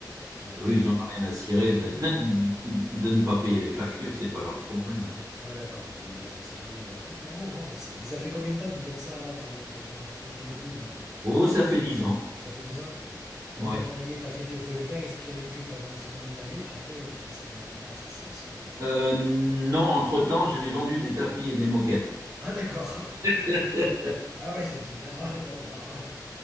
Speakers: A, in the centre; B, on the right.
A: Ouais, des
B: eux, ils n'en ont rien à cirer de, <laughs> de ne pas payer les factures, c'est pas leur problème. hein.
A: Ouais, d'accord, c'était déjà assez sérieux. Ouais, d'accord. Oh, waouh, c'est... Et ça fait combien de temps que vous faites ça alors avec votre, ton, ton épouse là?
B: Oh, ça fait dix ans.
A: Ça fait 10 ans? Donc,
B: Ouais.
A: tu as travaillé, tu as fait, t'as fait le vin et spiritueux pendant un certain nombre d'années, puis après, tu passais directement à ça. C'est assez radical.
B: Euh,
A: quoi.
B: non,
A: Non
B: entre-temps, j'ai vendu des tapis et des moquettes.
A: Ah, d'accord. <laughs>
B: <laughs>
A: Ah, oui, c'est différent. <laughs> Oh, waouh.